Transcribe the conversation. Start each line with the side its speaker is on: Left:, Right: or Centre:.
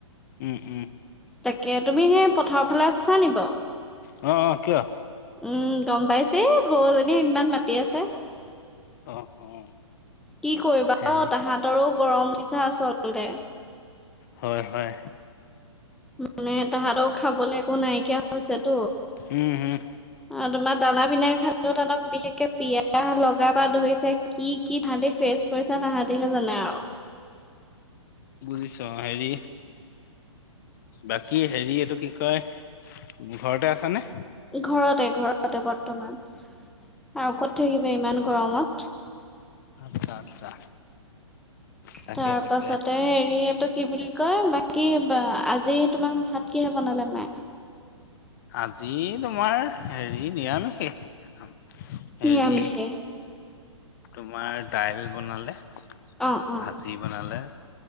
Left: উম, উম,
Centre: তাকে তুমি সেই পথাৰৰ ফালে আছা নেকি বাৰু?
Left: অ' অ' কিয়?
Centre: উম' গম পাইছে, এই গৰু জনীয়ে ইমান মাতি আছে।
Left: অ' অ'
Centre: কি কৰিবা
Left: হেৰি
Centre: অ' তাহাঁতৰো গৰম উঠিছে আচলতে।
Left: হয় হয়।
Centre: মানে তাহাঁতৰো খাবলৈ একো নাইকিয়া হৈছেতো।
Left: উম' হুম
Centre: অ' তোমাৰ দানা পিনা খালেও, তাহঁতক বিশেষকে পিয়াহ লগাব বা ধৰিছে। কি কি ভাবি ফেচ কৰিছা, তাহাঁতিহে জানে আৰু।
Left: বুজিছোঁ, অ' হেৰি বাকী হেৰি এইটো কি কয়? ঘৰতে আছা নে?
Centre: ঘৰতে-ঘৰতে বৰ্তমান আৰু ক'ত থাকিবি ইমান গৰমত।
Left: আচ্ছা আচ্ছা। তাকে,
Centre: তাৰপাছতে
Left: তাকে।
Centre: হেৰি এইটো কি বুলি কয়, বাকী আজি তোমাৰ ভাত কিহে বনালে মায়ে?
Left: আজি তোমাৰ হেৰি নিৰামিষেই। হেৰি
Centre: নিৰামিষে
Left: তোমাৰ দাইল বনালে,
Centre: অ অ
Left: ভাজি বনালে।